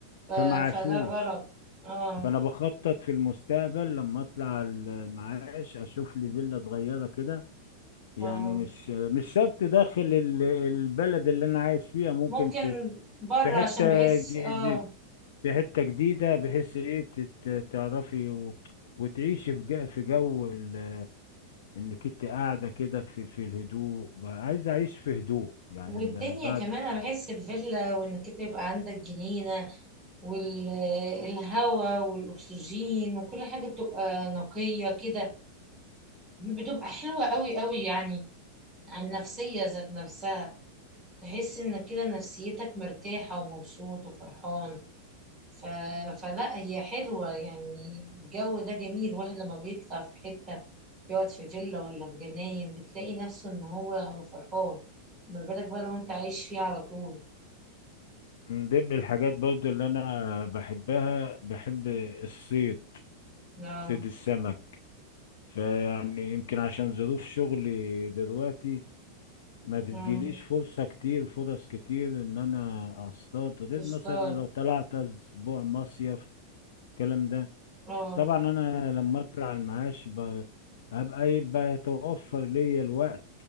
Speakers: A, on the right; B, on the left.
A: ف-
B: فما عاشوش
A: فده غلط اه
B: فانا بخطط في المستقبل لما اطلع المعاش اشوف لي فيلا صغيره كده يعني
A: اه
B: مش مش شرط داخل ال- البلد اللي انا عايش فيها ممكن
A: ممكن
B: في
A: بره
B: في حته
A: عشان بحس
B: جديده
A: اه
B: في حته جديده بحيث ايه تت- تعرفي و- وتعيشي في جو في جو ال- انك انت قاعده كده في في الهدوء بقى عايز اعيش في هدوء يعني
A: والدنيا
B: ب- بعد
A: كمان انا بحس الفيلا وانك انت يبقى عندك جنينة والهواء والاكسجين وكل حاجة بتبقى نقية كده بتبقى حلوة قوي قوي يعني عن النفسية ذات نفسها تحس انك كده نفسيتك مرتاحة ومبسوط وفرحان ف... فلا هي حلوة يعني الجو ده جميل واحد لما بيطلع في حتة يقعد في فيلا ولا في جناين بتلاقي نفسه ان هو فرحان ما بالك بقى لو انت عايش فيه على طول
B: من ضمن الحاجات برضو اللي انا بحبها بحب الصيد
A: لا
B: صيد السمك فيعني يمكن عشان ظروف شغلي دلوقتي ما بتجيليش
A: اه
B: فرصة كتير فرص كتير ان انا اصطاد غير
A: تستار
B: مثلا لو طلعت اسبوع مصيف الكلام ده
A: اه
B: طبعا انا لما اطلع المعاش ب- هبقى يبقى يتوفر ليا الوقت